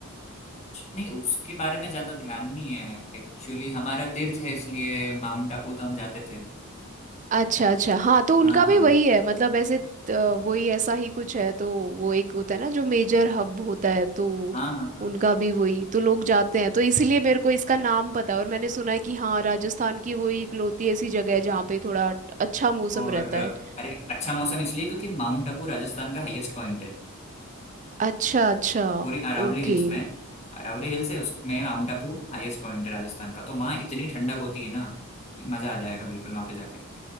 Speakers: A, on the left; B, on the right.
A: नहीं उसके बारे में ज्यादा ध्यान नहीं है एक्चुअली हमारा तीर्थ है इसलिए माउंट आबू तो हम जाते थे
B: अच्छा अच्छा हाँ
A: हाँ
B: तो उनका भी वही है मतलब ऐसे अ, वही ऐसा ही कुछ है तो वो एक होता है ना जो मेजर हब होता है तो
A: हाँ हाँ हाँ
B: उनका भी वही तो लोग जाते हैं तो इसीलिए मेरे को इसका नाम पता है और मैंने सुना है कि हाँ राजस्थान की वही इकलौती ऐसी जगह है जहाँ पे थोड़ा अच्छा मौसम
A: और
B: रहता है
A: अरे अच्छा मौसम इसलिए क्योंकि माउंट आबू राजस्थान का हाईएस्ट पॉइंट है
B: अच्छा अच्छा
A: पूरी अरावली
B: ओके
A: हिल्स में अरावली हिल्स है उसमें माउंट आबू हाईएस्ट पॉइंट है राजस्थान का तो वहाँ इतनी ठंडक होती है ना मजा आ जाएगा बिल्कुल वहाँ पे जाके